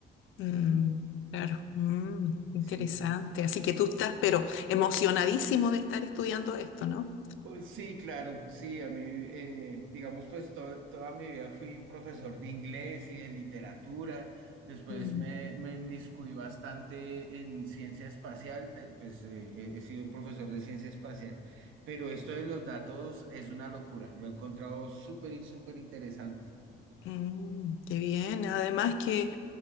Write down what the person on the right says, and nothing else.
Sí.
Pues sí, claro, sí, a mí, eh, digamos, pues to- toda mi vida fui profesor de inglés y de literatura, después
me, me inmiscuí bastante en ciencia espacial, te- pues eh, he he sido profesor de ciencia espacial, pero esto de los datos es una locura, lo he encontrado súper, y súper interesante.